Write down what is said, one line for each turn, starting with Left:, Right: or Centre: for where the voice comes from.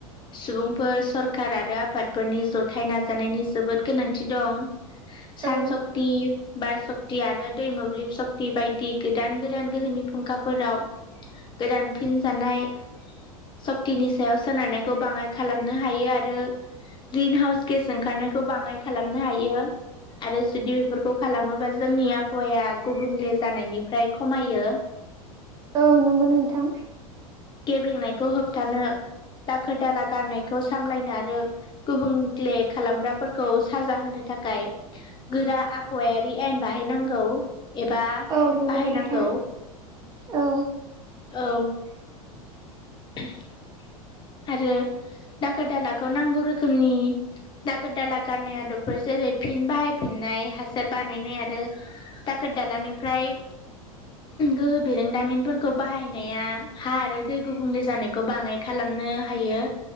Left: सुबुंफोर सरखार आरो आफादफोरनि जथायाइ नाजानायनि जोबोद गोनांथि दं सान
Right: औ
Left: सक्ति बार सक्ति आरो दै मोब्लिब सक्ति बायदि गोदान गोदान गोहोनि फुंखाफोराव गोदान फिन जानाय सक्तिनि सायाव सोनारनायखौ बाङाय खालामनो हायो आरो ग्रिन हाउस गेस ओंखारनायखौ बाङाय खालामनो हायो आरो जुदि बेफोरखौ खालामोबा जोंनि आबहावाया गुबुंले जानायनिफ्राय खमायो।
Right: औ नंगौ नोंथां।
Left: गेब्लेंनायखौ होबथानो दाखोर दाला गारनायखौ सामलायनो आरो गुबुंलले खालामग्राफोरखौ साजा होनो थाखाय गोरा आबहावायारि आयेन बाहायनांगौ। एबा
Right: औ नंगौ
Left: बाहायनांगौ
Right: नोंथां औ
Left: औ <inaudible> आरो दाखोर दालाखौ नांगौ रोखोमनि दाखोर दाला गाननाय आदबफोर जेरै फिन बाहायफिननाय हासार बानायनाय आरो दाखोर दालानिफ्राय गोहो बिरोंदामिनफोरखौ बाहायनाया हा आरो दै गुबुंल जानायखौ बाङ खालामनो हायो